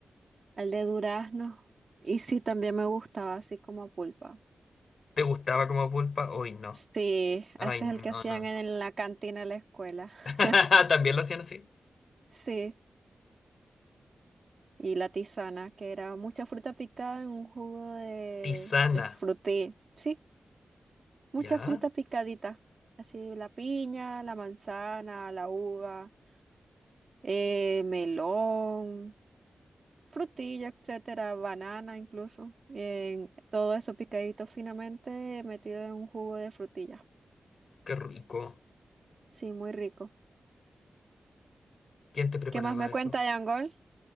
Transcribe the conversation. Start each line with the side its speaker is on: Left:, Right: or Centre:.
Right: el de durazno. Y sí, también me gustaba así como pulpa.
Left: ¿Te gustaba como pulpa? Hoy no.
Right: Sí,
Left: Ay,
Right: ese
Left: no,
Right: es el que hacían
Left: no, no.
Right: en la cantina de la escuela.
Left: <laughs>
Right: <laughs>
Left: ¿También lo hacían así?
Right: Sí, y la tisana, que era mucha fruta picada en un jugo de,
Left: Tisana.
Right: de frutí. Sí, mucha
Left: ¿Ya?
Right: fruta picadita. Así la piña, la manzana, la uva, eh, melón, frutilla, etcétera, banana incluso. En- todo eso picadito finamente metido en un jugo de frutilla.
Left: Qué rico.
Right: Sí, muy rico.
Left: ¿Quién te preparaba
Right: ¿Qué más me
Left: eso?
Right: cuenta de Angol?